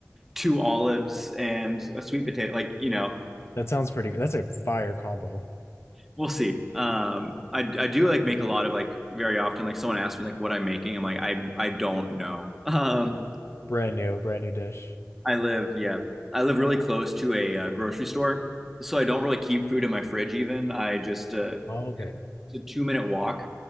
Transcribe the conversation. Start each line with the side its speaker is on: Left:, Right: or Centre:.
Centre: two olives and a sweet potato. Like, you know,
Left: That sounds pretty good. That's a fire combo.
Centre: we'll see. Um, I, I do like make a lot of like very often, like someone asks me like what I'm making. I'm like, I, I don't know. Um,
Left: Brand new, brand new dish.
Centre: I live, yeah, I live really close to a, uh grocery store. So I don't really keep food in my fridge even. I just, uh,
Left: Oh, okay.
Centre: it's a two minute walk.